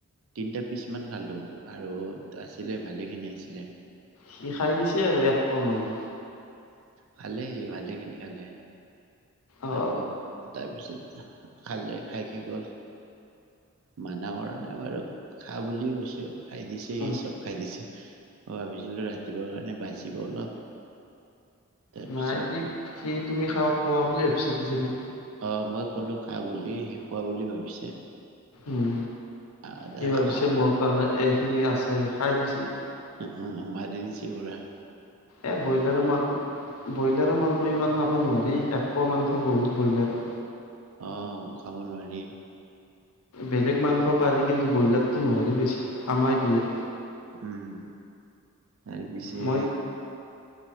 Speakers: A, on the right; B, on the left.
A: তিনিটা পিছমান খালোঁ আৰু আছিলে ভালেখিনি আছিলে।
B: সি খাই দিছে আৰু একপ মান।
A: ভালেইহি ভালে খিনি খালে।
B: অ
A: তাপা তাৰপিছত খালে খাইকি গ'ল। মানা কৰা নাই বাৰু খা বুলি কৈছো, খাই দিছে
B: উম
A: সি চব খাই দিছে। ম ভাবিছিলো ৰাতিপুৱাৰ কাৰণে বাচিব অলপ, তাৰপিছত
B: নাই সি সি তুমি খাও খোৱা বুলি ভাবিছে কি জানি।
A: অ মই কলো খা বুলি, সি খোৱা বুলি ভাবিছে।
B: উম
A: আহ
B: হি ভাবিছে,
A: খাব
B: মোৰ কাৰণে এইখিনি আছে খাই দিছে।
A: উ উম মাৰি দিছে বুঢ়া।
B: এ ব্ৰইলাৰৰ মাং ব্ৰইলাৰৰ মাংস ইমান খাব নোৱাৰি। এক পোৱা মাংস বহুত ব্ৰইলাৰ।
A: অ খাব নোৱাৰিএ।
B: বেলেগ মাংস পাৰি, কিন্তু ব্ৰইলাৰতো নোৱাৰি বেছি আমাই দিয়ে।
A: উম তাৰ পিছে
B: মই